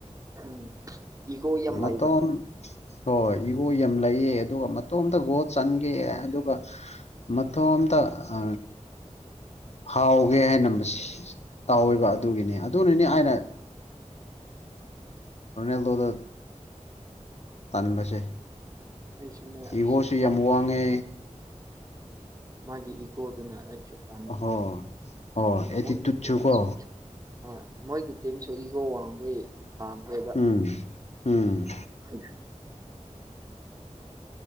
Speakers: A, on the right; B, on the left.
A: ꯎꯝ ꯏꯒꯣ ꯌꯥꯝ
B: ꯃꯇꯣꯟ
A: ꯂꯩꯕ
B: ꯍꯣꯏ ꯏꯒꯣ ꯌꯥꯝ ꯂꯩꯌꯦ ꯑꯗꯨꯒ ꯃꯇꯣꯝꯇ ꯒꯣꯋꯜ ꯆꯟꯒꯦ ꯑꯗꯨꯒ ꯃꯇꯣꯝꯇ ꯑ ꯍꯥꯎꯒꯦ ꯍꯥꯏꯅ ꯇꯥꯎꯕ ꯑꯗꯨꯒꯤꯅꯤ ꯑꯗꯨꯅꯅꯦ ꯑꯩꯅ ꯔꯅꯦꯜꯗꯣꯗ ꯇꯥꯟꯕꯁꯦ
A: ꯑꯩꯁꯨꯅꯦ ꯑꯁ
B: ꯏꯒꯣꯁꯨ
A: ꯃꯥꯒꯤ
B: ꯌꯥꯝ ꯋꯥꯡꯉꯦ
A: ꯃꯥꯒꯤ ꯏꯒꯣꯗꯨꯅ ꯑꯩꯁꯨ ꯇꯟꯕ
B: ꯍꯣꯏ ꯍꯣꯏ ꯑꯦꯇꯤꯇꯨꯠꯁꯨ
A: ꯃꯣꯏꯒꯤ <inaudible>
B: ꯀꯣ
A: ꯍꯣꯏ ꯃꯣꯏꯒꯤ ꯇꯤꯝꯁꯨ ꯏꯒꯣ ꯋꯥꯡꯕꯒꯤ ꯄꯥꯝꯗꯦ
B: ꯎꯝ ꯎꯝ
A: <unintelligible>